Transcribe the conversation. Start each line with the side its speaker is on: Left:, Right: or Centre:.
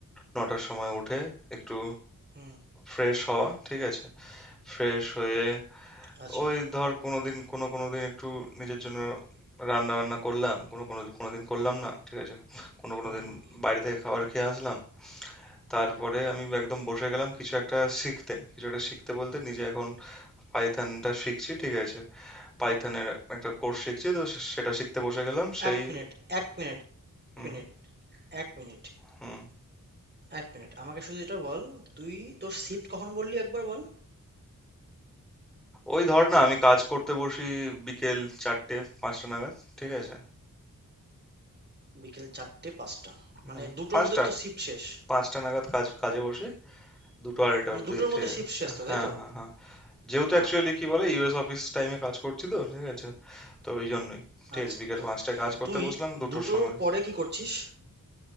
Centre: নটার সময় উঠে একটু
Right: হুম
Centre: ফ্রেশ হওয়া ঠিক আছে ফ্রেশ হয়ে
Right: আচ্ছা
Centre: ওই ধর কোনো দিন কোনো কোনো দিন একটু নিজের জন্য রান্না বান্না করলাম কোনো কোনো কোনো দিন করলাম না ঠিক আছে কোনো কোনো
Right: হুম
Centre: দিন
Right: হুম
Centre: বাইরে থেকে খাবার খেয়ে আসলাম তারপরে আমি একদম বসে গেলাম কিছু একটা শিখতে কিছু একটা শিখতে বলতে নিজে এখন পাইথনটা শিখছি ঠিক আছে পাইথনের একটা কোর্স শিখছি তো সে- সেটা শিখতে বসে গেলাম সেই
Right: এক মিনিট এক মিনিট
Centre: হুম
Right: এক মিনিট
Centre: হুম
Right: এক মিনিট
Centre: হুম।
Right: এক মিনিট আমাকে শুধু এটা বল তুই তোর শিফট কখন বললি একবার বল
Centre: ওই ধর না আমি কাজ করতে বসি বিকেল চারটে পাঁচটা নাগাদ ঠিক আছে
Right: বিকেল চারটে পাঁচটা মানে
Centre: হ্যাঁ
Right: দুটোর
Centre: পাঁচটা
Right: মধ্যে তো শিফট শেষ
Centre: পাঁচটা নাগাদ কাজ কাজে বসি দুটো আড়াইটা
Right: মানে
Centre: অবধি
Right: দুটোর
Centre: ঠিক
Right: মধ্যে
Centre: আছে
Right: শিফট শেষ তো তাই
Centre: হ্যাঁ
Right: তো
Centre: হ্যাঁ হ্যাঁ যেহেতু
Right: হ্যাঁ
Centre: অ্যাকচুয়ালি কি বলে ইউএস অফিস টাইমে কাজ করছি তো ঠিক আছে তো ওই জন্যই ঠিক
Right: আচ্ছা
Centre: আছে বিকেল পাঁচটায় কাজ করতে
Right: তুই
Centre: বসলাম দুটোর
Right: দুটোর
Centre: সময়
Right: পরে কি করছিস